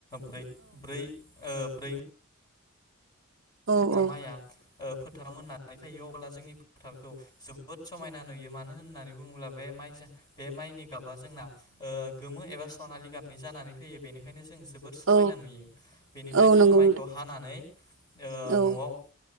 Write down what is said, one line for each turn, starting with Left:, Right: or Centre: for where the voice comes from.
Left: ब्रै ब्रै ओ ब्रै
Right: औ औ
Left: माया ओ फोथाराव मोनना नै फैयो अब्ला जोंनि फोथारखौ जोबोद समायना नुयो। मानो होननानै बुङोब्ला बे माइजा बे माइनि गाबा जोंना ओ गोमो एबा सनालि गाबनि जानानै फैयो। बेनिखायनो जों जोबोद समायना
Right: औ
Left: नुयो। बेनिफ्राय
Right: औ
Left: जोङो
Right: नंगौ
Left: माइखौ हानानै ओ
Right: नोंथां औ
Left: न'आव